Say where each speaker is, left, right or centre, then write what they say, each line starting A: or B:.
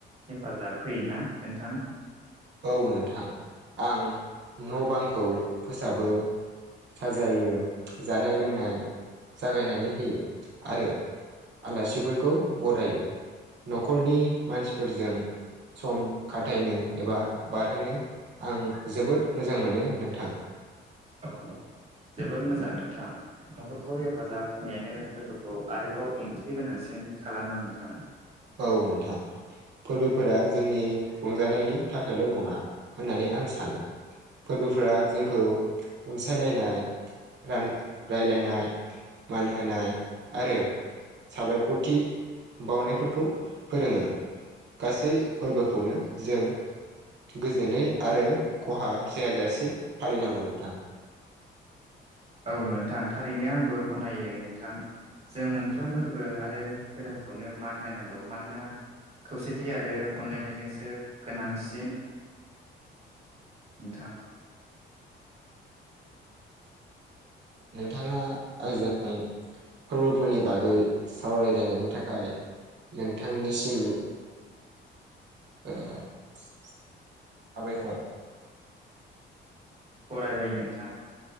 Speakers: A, on the right; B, on the right.
A: हेफाजाब होयोना नोंथां?
B: औ नोंथां आं न' बांखौ फोसाबो साजायो जानाय लोंनाय जागायनानै होयो आरो आलासिफोरखौ बरायो। न'खरनि मानसिफोरजों सम खाथायनो एबा बारहोनो आं जोबोद मोजां मोनो नोंथां।
A: औ जोबोद मोजां नोंथां। न'खरखौ हेफाजाब होनायानो फोरबोखौ आरोबाव ओंथि गोनांसिन खालामो नोंथां
B: औ नोंथां फोरबोफोरा जोंनि रंजानायनि थाखायल' नङा होननानै आं सानो फोरबोफोरा जोंखौ अनसायलायनाय रान राय्लायनाय मान होनाय आरो साबायख'थि बावनायफोर खौ फोरोङो गासै फोरबोखौनो जों गोजोनै आरो खहा जायाजासे फालिनांगौ नोंथां
A: औ नोंथां थारैनो आंबो गनायो नोंथां जों मोनफ्रोम फोरबो आरो धोरोमखौनो मान होनांगौ। मानोना खौसेथि आरो अनलायनायजोंसो गोनांसिन नोंथां
B: नोंथाङा आंजों फोरबोफोरनि बागै सावरायलायनायनि थाखाय नोंथांनिसिम ओ साबायख
A: फरायबाय नोंथां